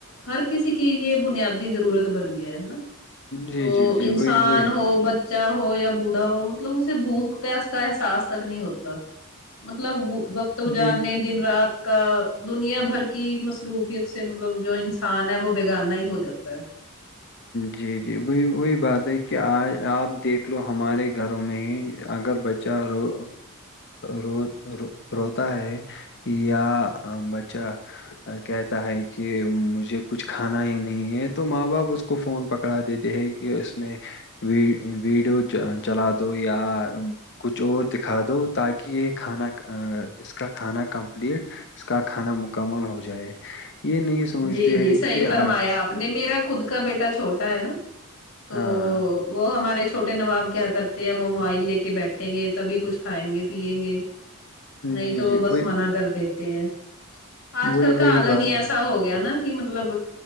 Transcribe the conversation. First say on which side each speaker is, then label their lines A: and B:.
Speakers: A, on the left; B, on the left.
A: ہر کسی کی یہ بنیادی ضرورت بن گیا ہے ہے نا
B: جی
A: تو
B: جی جی
A: انسان
B: وہی وہی
A: ہو بچہ ہو یا بوڑھا ہو مطلب اسے بھوک اس کا احساس تک نہیں ہوتا مطلب وقت گزارنے
B: جی
A: دن رات کا دنیا بھر کی مصروفیت سے مطلب جو انسان ہے وہ بگانہ ہی ہو جاتا ہے
B: جی جی وہی وہی بات ہے کہ آ آپ دیکھ لو ہمارے گھروں میں ہی اگر بچ چا رو روو روتا ہے یابچہ کہتا ہے کہ مجھے کچھ کھانا ہی نہیں ہے تو ماں باپ اس کو فون پکڑا دیتے ہیں کہ اس میں ویڈیو چلا دو یا کچھ اور دکھا دو تاکہ یہ کھانا اس کا کھانا کمپلیٹ اس کا کھانا مکمل ہو جائے یہ نہیں سوچتے
A: جی جی
B: ہے
A: صحیح
B: کہ
A: فرمایا
B: آ-
A: آپ نے میرا خود کا بیٹا چھوٹا ہے نا تو
B: ہاں
A: وہ ہمارے چھوٹے نواب کیا کرتے ہیں ہم وہ موبائل لے کے بیٹھیں گے تبھی کچھ کھائیں گے پیئیں گے نہیں
B: جی
A: تو
B: جی
A: وہ بس
B: وہی
A: منع کر دیتے ہیں آج
B: وہی
A: کل
B: وہی
A: کا عالم
B: بات
A: ہی ایسا ہو گیا نا کہ مطلب